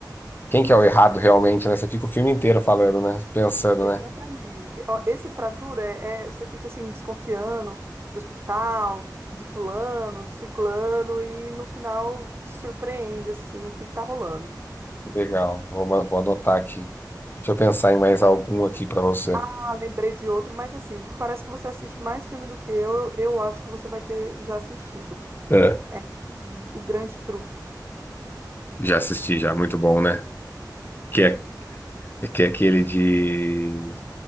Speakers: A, on the left (about 30°); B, on the right (about 30°).
A: Quem que é o errado realmente, né? Você fica o filme inteiro falando, né? Pensando,
B: Exatamente.
A: né?
B: Ó, esse fratura é, é- você fica assim desconfiando do hospital, de fulano, de ciclano e no final te surpreende assim o que que tá rolando.
A: Legal, vou, ma- vou anotar aqui. Deixa eu pensar em mais algum aqui pra você.
B: Ah, lembrei de outro, mas assim, parece que você assiste mais filme do que eu. Eu acho que você vai ter já assistido.
A: É,
B: É hum, O Grande Truque
A: já assisti, já, muito bom, né? Que é, que é aquele de,